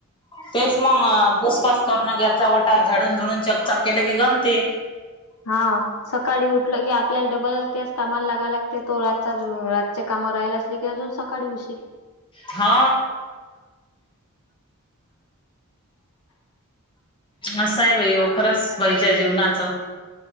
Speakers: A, on the left (about 25°); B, on the left (about 80°).
A: तेच मग, पुसपास करणं, घ्याचा वाटा झाडून झुडून, चकचाक केले की गमते
B: हा, सकाळी उठलं की, आपल्याला डबल तेच कामाला लागाला ते तो रातचा रातच्या कामं राहिला असले की, अजून सकाळी उशीर
A: हा असं आहे बाई, खरंच, बाईच्या जीवनाचं!..